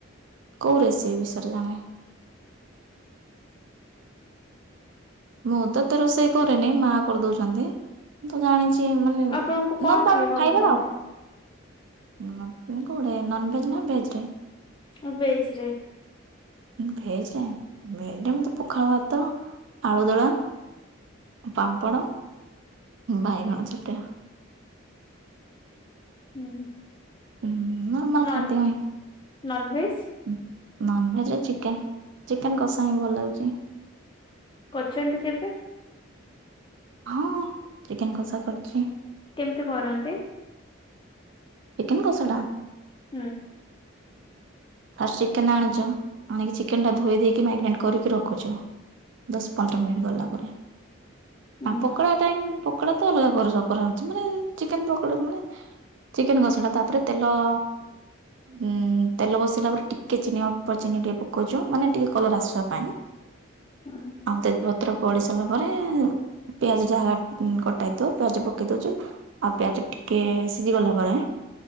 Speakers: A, on the right; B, on the left.
A: କୋଉ ରେସିପି ବିଷୟରେ ଜାଣିବି? ମୁଁ ତ ଏତେ ରୋଷେଇ କରେନି ମା କରିଦଉଛନ୍ତି। ମୁଁ ତ ଜାଣିଛି ମାନେ
B: ଆପଣଙ୍କୁ କଣ
A: ନର୍ମାଲ
B: ଖାଇବାକୁ
A: ଖାଇବା
B: ଭଲ
A: ଆଉ।
B: ଲାଗେ
A: ମାନେ କୋଉଟେ ନନଭେଜ ନା ଭେଜ୍ ରେ?
B: ହ ଭେଜ୍ ରେ।
A: ଭେଜ୍ ରେ, ଭେଜ୍ ରେ ଏମିତି ପଖାଳ ଭାତ ଆଳୁଦୋଳା, ପାମ୍ପଡ଼, ବାଇଗଣ ଚକଟା।
B: ହୁଁ।
A: ଉଁ ନର୍ମଲ୍
B: ନନ୍
A: ଖାଦ୍ୟ ହିଁ।
B: ନନଭେଜ
A: ନନ୍ଭେଜ୍ ରେ ଚିକେନ୍, ଚିକେନ୍ କଷା ହିଁ ଭଲ ଲାଗୁଛି।
B: କରୁଛନ୍ତି କେବେ?
A: ହଁ ଚିକେନ୍ କଷା କରିଛି।
B: କେମିତି କରନ୍ତି?
A: ଚିକେନ୍ କସାଟା।
B: ହୁଁ। <inaudible>
A: ଫାଷ୍ଟ ଚିକେନ୍ ଆଣୁଛ, ଆଣିକି ଚିକେନ୍ ଟା ଧୋଇ ଦେଇେକି ମ୍ୟାଗେନେଟ୍ କରିକି ରଖୁଛ। ଦଶ ପନ୍ଦର ମିନିଟ୍ ଗଲା ପରେ।
B: ହୁଁ
A: ଆ ପକୋଡା ଟାଇମ୍ ପକୋଡା ତ ଅଲଗା କରୁଛ କରାହେଉଛି, ମାନେ ଚିକେନ୍ ପକୋଡା ମାନେ ଚିକେନ୍ ଘସଣା ତାପରେ ତେଲ ଉଁ ତେଲ ବସେଇଲା ପରେ ଟିକେ ଚିନି ଅଳ୍ପ ଚିନି ଟିକେ ପକଉଛୁ ମାନେ ଟିକେ କଲର ଆସିବା ପାଇଁ।
B: ହୁଁ
A: ଆଉ ତ ପତ୍ର ପଡି ସାରିଲା ପରେ ପିଆଜ ଯାହା କଟାଇଥିବ ପିଆଜ ପକେଇ ଦଉଛୁ। ଆଉ ପିଆଜ ଟିକେ ସିଝି ଗଲା ପରେ